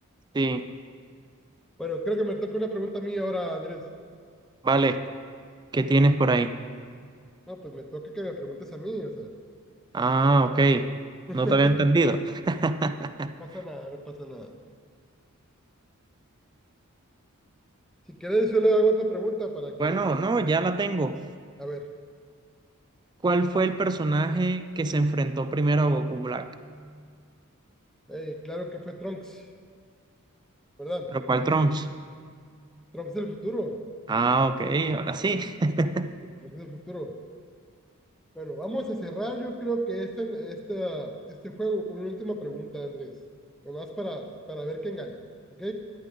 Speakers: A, on the right; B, in the centre.
A: sí,
B: Bueno, creo que me toca una pregunta a mí ahora, Andrés.
A: vale. ¿Qué tienes por ahí?
B: No, pues me toca que me preguntes a mí, o sea,
A: Ah, ok.
B: <laughs>
A: No te había entendido. <laughs>
B: no pasa nada, no pasa nada. Si quieres, yo le hago otra pregunta para que,
A: Bueno, no, ya la tengo.
B: a ver,
A: ¿Cuál fue el personaje que se enfrentó primero a Goku Black?
B: eh, claro que fue Trunks, ¿verdad?
A: ¿Pero cuál Trunks?
B: Trunks del futuro,
A: Ah, ok, ahora sí. <laughs>
B: el Trunks del futuro. Bueno, vamos a cerrar yo creo que este, esta- este juego con una última pregunta, Andrés. Nomás para, para ver quién gana. ¿Ok?